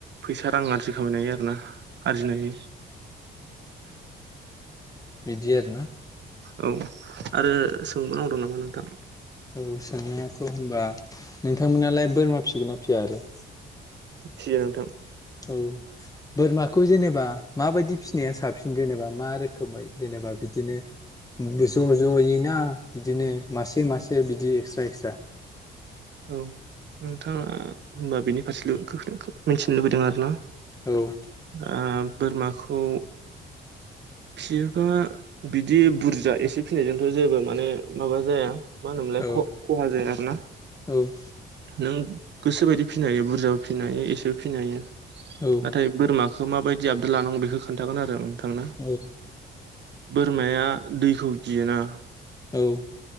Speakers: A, on the right; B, on the left.
A: फैसा-रां आरजि खामायनो हायो आरोना आरजिनायनि।
B: बिदि आरोना
A: औ आरो सोंबाव नांगौ दं नामा नोंथां?
B: औ सोंनायाथ' होनबा नोंथांमोनालाय बोरमा फिगोन ना फिया आरो?
A: फियो नोंथां।
B: औ बोरमाखौ जेनेबा माबायदि फिसिनाया साबसिन जेनेबा मा रोखोम? खोमै जेनेबा बिदिनो। ज' ज'यैना बिदिनो मासे मासे बिदि एक्सट्रा एक्सट्रा
A: औ नोंथाङा होमबा बेनि फारसेल' मिथिनो लुबैदों आरोना।
B: औ
A: आ बोरमाखौ। फिसियोबा बिदि बुरजा एसे फिसिनायजोंथ' जेबो माने माबा जाया मा होनोमोनलाय?
B: औ
A: ख-खहा जाया आरोना।
B: औ
A: नों गोसोबायदि फिनो हायो बुरजाबो फिसिनो हायो, एसेबो फिनो हायो।
B: औ।
A: नाथाय बोरमाखौ माबायदि आबदाल लानांगौ बेखौ खोन्थागोन आरो आं नोंथांनो
B: औ
A: बोरमाया दैखौ गियोना।
B: औ